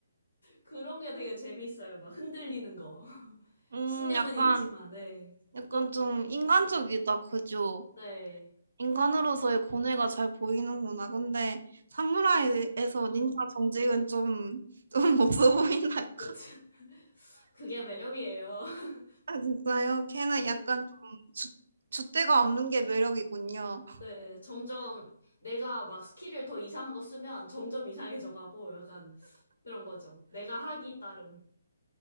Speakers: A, on the left; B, on the right.
A: 그런 게 되게 재밌어요. 막 흔들리는 거. <laughs>
B: 음,
A: 신념은
B: 약간,
A: 있지만, 네.
B: 약간 좀 인간적이다, 그죠?
A: 네.
B: 인간으로서의 고뇌가 잘 보이는구나. 근데 사무라이에서 닌자 정직은 좀, 좀 <laughs> 없어 보인달까?
A: 그, <laughs> 그게 매력이에요. <laughs>
B: 아, 진짜요? 걔는
A: 네.
B: 약간 좀 주, 줏대가 없는 게 매력이군요.
A: 네. 점점 내가 막 스킬을 더 이상한 거 쓰면 점점 이상해져 가고 약간 그런 거죠. 내가 하기 따름.